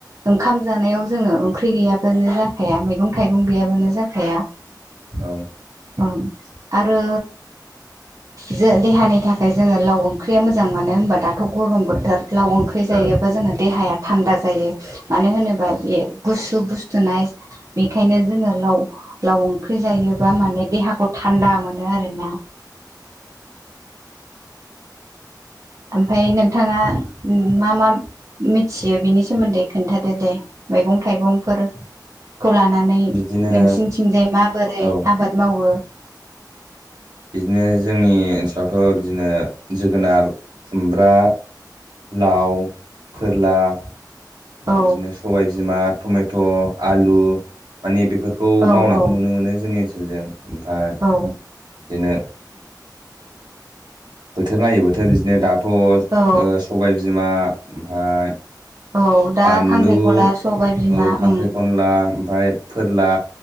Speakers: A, on the right (about 45°); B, on the right (about 70°).
A: ओंखाम जानायाव जोङो ओंख्रि गैया बानो जाखाया मैगं थाइगं गैयाबानो जाखाया
B: औ
A: औ आरो जो देहानि थाखाय जोङो लाव ओंख्रिया मोजां मानो होनबा दाथ' गरम बोथोर
B: औ
A: लाव ओंख्रि
B: औ
A: जायोबा जोंना देहाया थान्दा जायो मानो होनोबा
B: औ
A: बे गुसु गुु - नाय बेखायनो जोङो लाव लाव ओंख्रि जायोबा माने देहाखौ थान्दा मोनो। आरोना ओमफ्राय नोंथाङा मा मा मिथियो बिनि सोमोन्दै खोन्थादो दे मैगं थाइगंफोर खौ लानानै
B: बिदिनो
A: नोंसिनिथिंजाय माबोरै
B: औ
A: आबाद मावो
B: बिदिनो जोंनि ओनसोलावथ' बिदिनो जोगोनार खुमब्रा लाव फोरला ओमफाय
A: औ
B: बिदिनो सबाय बिमा टमेट' आलु माने बे फोरखौ
A: औ
B: मावनायखौ
A: औ
B: नुनो मोनो जोंनि ओनसोलजों ओमफाय बिदिनो
A: औ
B: बोथोर नायै बोथोर बिदिनो दाथ' ओ
A: औ
B: सबाय बिमा ओमफाय
A: औ दा
B: बानलु
A: खांख्रिखला सबाय बिमा
B: औ खांख्रि
A: उम
B: खनला ओमफाय फोरला